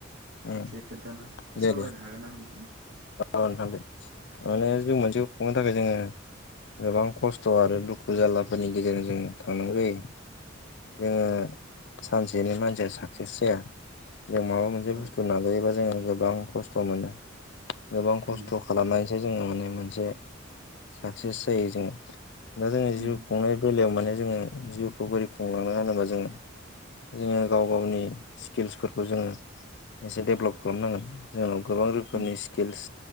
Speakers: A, on the left; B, on the right.
A: औ
B: एसे खोन्थाना
A: दे
B: सावरायनो
A: दे
B: हागोनना नोंथां।
A: औ नोंथां माने
B: उम
A: जिउ मोनसेखौ खुंनो थाखाय जोङो। गोबां खस्थ' आरो दुखु जाललाफोरनि गेजेरजों जों थांनांगौ जायो। जोङो
B: उम
A: सानसेनि मानसिया साक्सेस जाया। जों माबा मोनसे
B: औ
A: बुस्थु नाजायोबा जोङो गोबां खस्थ' मोनो। गोबां खस्थ'
B: उम
A: खालामनानैसो जोङो माने मोनसे साक्सेस जायो जों। दा जोङो
B: उम
A: जिउ खुंनाय बेलायाव माने जोङो जिउखौ बोरै खुंलांनो होनोबा जोङो। जोङो गाव गावनि स्किल्सफोरखौ जोङो। एसे देब्लब खालामनांगोन जोंनाव गोबां रोख। रोखोमनि
B: उम
A: स्किल्स